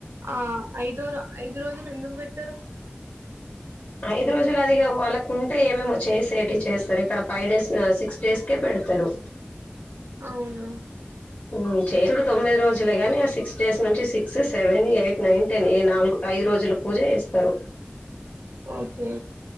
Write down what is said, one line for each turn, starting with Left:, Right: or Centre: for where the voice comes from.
Right: ఆ ఐదోర ఐదు రోజులు ఎందుకు బెట్టరు
Left: ఐదు రోజులు అదిగా వాళ్ళకు కుంటే ఏమేమో చేసేటి చేస్తారు ఇక్కడ ఫైవ్ డేస్ సిక్స్ డేస్కే పె పెడతరు
Right: అవునా
Left: ఉమ్ చేసుడు తొమ్మిది రోజులే
Right: హ్మ్.
Left: గాని ఆ సిక్స్ డేస్ నుంచి six seven eight nine ten ఈ నాలుగు ఐదు రోజుల పూజ జేస్తరు
Right: ఓకే